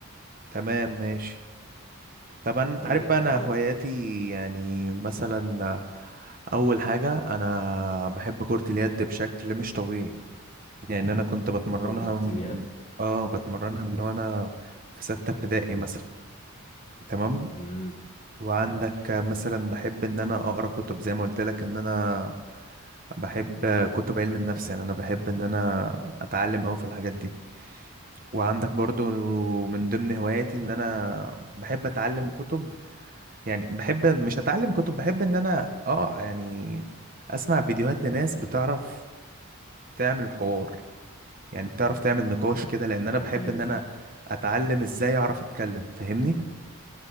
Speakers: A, on the right (about 40°); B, on the left (about 30°).
A: تمام ماشي طبعا انت
B: وانت
A: عارف بقى انا
B: طيب
A: هواياتي يعني مثلا اول حاجه انا بحب كره اليد بشكل مش طبيعي يعني انا كنت بتمرنها
B: كرة
A: م-
B: اليد
A: اه بتمرنها من وانا في سته ابتدائي مثلا تمام
B: امم
A: وعندك مثلا بحب ان انا اقرا كتب زي ما قلت لك ان انا بحب كتب علم النفس يعني انا بحب ان انا اتعلم قوي في الحاجات دي وعندك برضو من ضمن هواياتي ان انا بحب اتعلم كتب يعني بحب مش اتعلم كتب بحب ان انا اه يعني اسمع فيديوهات لناس بتعرف تعمل حوار يعني بتعرف تعمل نقاش كده لان انا بحب
B: ايوه
A: ان
B: فاهم
A: انا اتعلم ازاي اعرف اتكلم فاهمني